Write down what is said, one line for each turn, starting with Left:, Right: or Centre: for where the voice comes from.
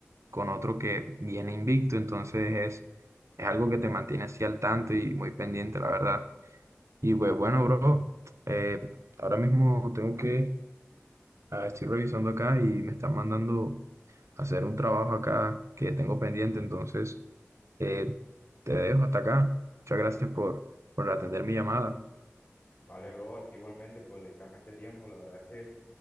Right: con otro que viene invicto. Entonces es, es algo que te mantiene así al tanto y muy pendiente, la verdad. Y pues bueno, bro, eh, ahora mismo tengo que Ah, estoy revisando acá y me están mandando a hacer un trabajo acá que tengo pendiente, entonces eh, te dejo hasta acá. Muchas gracias por, por atender mi llamada.
Left: Vale, bro, a ti igualmente por dedicarme este tiempo. La verdad es que